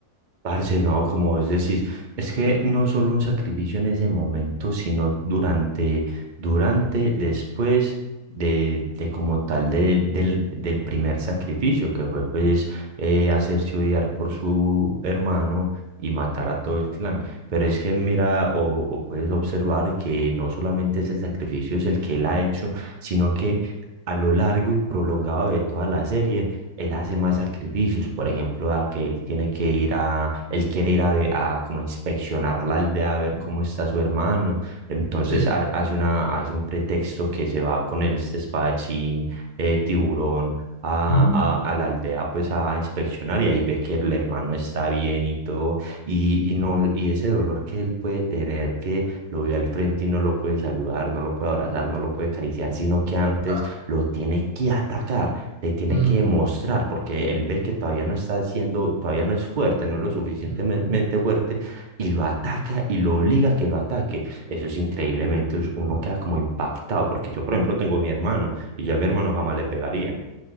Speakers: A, on the right (about 55°); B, on the right (about 35°).
A: Parce, no, como vos decís, es que no solo un sacrificio en ese momento, sino durante, durante, después de, de como tal del del, del primer sacrificio, que fue pues eh, hacerse odiar por su hermano y matar a todo el clan. Pero es que mira, o, o puedes observar que no solamente ese sacrificio es el que él ha hecho, sino que a lo largo y prolongado de toda la serie, él hace más sacrificios, por ejemplo, a que él tiene que ir a, él quiere ir a, ve- a como a inspeccionar la aldea a ver cómo está su hermano, entonces
B: Sí.
A: ha- hace una, hace un pretexto que se va con el este espadachín, eh, tiburón, a,
B: Ujú.
A: a, a la aldea pues a inspeccionar y ahí ve que el hermano está bien y todo, y, y no, y ese dolor que él puede tener, que lo ve al frente y no lo puede saludar, no lo puede abrazar, no lo puede acariciar, sino que antes
B: Total.
A: lo tiene que atacar le tiene
B: Mm,
A: que demostrar, porque él ve que todavía no está haciendo, todavía no es fuerte, no es lo suficientemente
B: mm.
A: fuerte, y lo ataca y lo obliga a que lo ataque. Eso es increíblemente, us- uno queda como impactado, porque yo, por ejemplo, tengo a mi hermano, y ya a mi hermano jamás le pegaría.